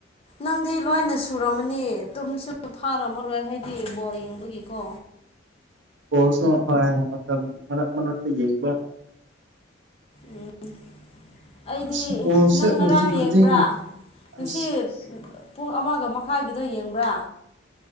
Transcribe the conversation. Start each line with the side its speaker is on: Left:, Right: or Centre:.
Left: ꯅꯪꯗꯤ ꯂꯣꯏꯅ ꯁꯨꯔꯝꯃꯅꯤ ꯇꯨꯝꯃꯁꯨ ꯐꯥꯔꯝꯃꯔꯣꯏ ꯍꯥꯏꯗꯤ ꯕꯣꯜ ꯌꯦꯡꯕꯒꯤꯀꯣ
Right: ꯕꯣꯜꯁꯨ ꯍꯣꯏ ꯃꯇꯝ ꯃꯔꯛ-ꯃꯔꯛꯇ ꯌꯦꯡꯕ
Left: ꯎꯝ ꯑꯩꯗꯤ
Right: ꯑꯁ ꯕꯣꯜꯁꯦ
Left: ꯅꯪ ꯉꯔꯥꯡ
Right: ꯅꯨꯡꯇꯤ
Left: ꯌꯦꯡꯕ꯭ꯔꯥ
Right: ꯈꯨꯗꯤꯡ
Left: ꯉꯁꯤ
Right: ꯑꯁ
Left: ꯄꯨꯡ ꯑꯃꯒ ꯃꯈꯥꯏꯒꯤꯗꯣ ꯌꯦꯡꯕ꯭ꯔꯥ